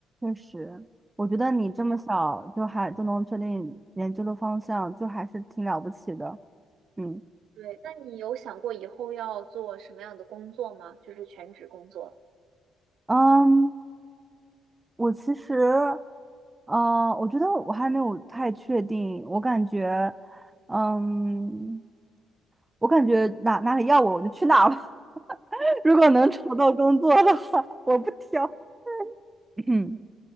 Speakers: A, on the right; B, on the right.
A: 确实，我觉得你这么小就还就能确定研究的方向，
B: 嗯，
A: 就还是挺了不起的。嗯
B: 对，那你有想过以后要做什么样的工作吗？就是全职工作。
A: 嗯，我其实，嗯、我觉得我还没有太确定，我感觉，嗯。我感觉哪哪里要我，我就去哪吧。<laughs> 如果能找到工作的话，<laughs> 我不挑。嗯